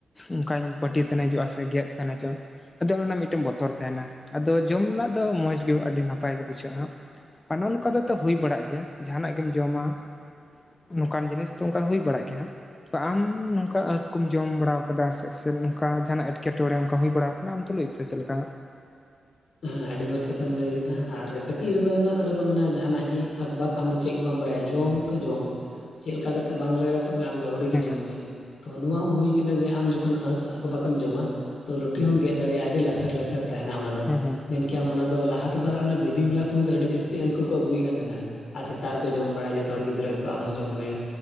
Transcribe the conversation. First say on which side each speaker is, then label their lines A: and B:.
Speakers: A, on the left; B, on the left.
A: ᱚᱱᱠᱟᱧ ᱯᱟᱹᱴᱤ ᱛᱮᱱᱮᱡᱚᱜᱼᱟ ᱥᱮ ᱜᱮᱫ ᱛᱮᱱᱮᱡᱚᱜᱼᱟ᱾ ᱟᱫᱚ ᱚᱱᱟ ᱨᱮᱱᱟᱜ ᱢᱤᱫᱴᱮᱱ ᱵᱚᱛᱚᱨ ᱛᱟᱦᱮᱱᱟ ᱟᱫᱚ ᱡᱚᱢ ᱨᱮᱱᱟᱜ ᱫᱚ ᱢᱚᱸᱡᱽ ᱜᱮ ᱟᱹᱰᱤ ᱱᱟᱯᱟᱭ ᱜᱮ ᱵᱩᱡᱷᱟᱹᱜᱼᱟ᱾ ᱱᱚᱜ-ᱱᱚᱝᱠᱟ ᱫᱚ ᱛᱚ ᱦᱩᱭ ᱵᱟᱲᱟᱜ ᱜᱮᱭᱟ ᱡᱟᱦᱟᱱᱟᱜ ᱜᱮᱢ ᱡᱚᱢᱟ ᱱᱚᱝᱠᱟᱱ ᱡᱤᱱᱤᱥ ᱛᱚ ᱚᱱᱠᱟ ᱦᱩᱭ ᱵᱟᱲᱟᱜ ᱜᱮᱭᱟ ᱦᱟᱸᱜ ᱛᱚ ᱟᱢ ᱱᱚᱝᱠᱟ ᱟᱺᱠ ᱠᱚᱢ ᱡᱚᱢ ᱵᱟᱲᱟ ᱟᱠᱟᱫᱟ ᱥᱮ ᱱᱚᱝᱠᱟ ᱡᱟᱦᱟᱱᱟᱜ ᱮᱴᱠᱮᱴᱚᱬᱮ ᱚᱱᱠᱟ ᱦᱩᱭ ᱵᱟᱲᱟᱟᱣ ᱟᱠᱟᱱᱟ ᱟᱢ ᱛᱩᱞᱩᱡ ᱞᱟᱹᱭ ᱥᱮ ᱪᱮᱫ ᱞᱮᱠᱟ?
B: ᱦᱮᱸᱻ ᱟᱹᱰᱤ ᱢᱚᱸᱡᱽ ᱠᱟᱛᱷᱟᱢ ᱞᱟᱹᱭ ᱠᱮᱫᱟ ᱟᱨ ᱠᱟᱹᱴᱤᱡ ᱨᱮᱫᱚ ᱩᱱᱟᱹᱜ ᱚᱱᱮ ᱠᱚ ᱢᱮᱱᱟ ᱡᱟᱦᱟᱱᱟᱜ ᱜᱮ ᱟᱠ ᱵᱟᱠ ᱟᱢ ᱫᱚ ᱪᱮᱫ ᱜᱮ ᱵᱟᱢ ᱵᱟᱲᱟᱭᱟ ᱵᱟᱲᱟᱭᱟ ᱡᱚᱢ ᱛᱚ ᱡᱚᱢ ᱪᱮᱫ ᱞᱮᱠᱟ ᱠᱟᱛᱮ ᱵᱟᱝ ᱞᱟᱜᱟᱣ ᱠᱟᱛᱮ ᱵᱚᱞᱮ ᱟᱢ ᱫᱚ ᱟᱹᱣᱲᱤᱜ
A: ᱦᱮᱸ
B: ᱜᱮ ᱡᱚᱢ
A: ᱦᱮᱸ
B: ᱢᱮ ᱛᱚ ᱱᱚᱣᱟ ᱦᱚᱸ ᱦᱩᱭ ᱟᱠᱟᱱᱟ ᱡᱮ ᱟᱢ ᱡᱚᱠᱷᱚᱱ ᱟᱺᱠ ᱵᱟᱢ ᱡᱚᱢᱟ ᱛᱚ ᱞᱩᱴᱤ ᱦᱚᱸᱢ ᱜᱮᱫ ᱫᱟᱲᱮᱭᱟᱜᱼᱟ ᱟᱹᱰᱤ ᱞᱟᱥᱮᱨ-ᱞᱟᱥᱮᱨ ᱛᱟᱦᱮᱱᱟ ᱚᱱᱟ ᱫᱚ
A: ᱦᱮᱸ
B: ᱢᱮᱱ ᱚᱱᱟ ᱫᱚ ᱛᱟᱦᱟ ᱛᱮᱫᱚ ᱟᱨ ᱚᱱᱟ ᱫᱮᱵᱤ ᱢᱮᱞᱟ ᱥᱚᱢᱚᱭ ᱫᱚ ᱟᱹᱰᱤ ᱡᱟᱹᱥᱛᱤ ᱟᱺᱠ ᱠᱚ ᱟᱹᱜᱩᱭᱮᱫ ᱠᱟᱱ ᱛᱟᱦᱮᱱᱟ᱾ ᱟᱨ ᱥᱮᱛᱟᱜ ᱨᱮᱠᱚ ᱡᱚᱢ ᱵᱟᱲᱟᱭᱟ ᱡᱚᱛᱚ ᱦᱚᱲ ᱜᱤᱫᱽᱨᱟᱹ ᱠᱚ ᱟᱢ ᱦᱚᱸ ᱡᱚᱢ ᱢᱮ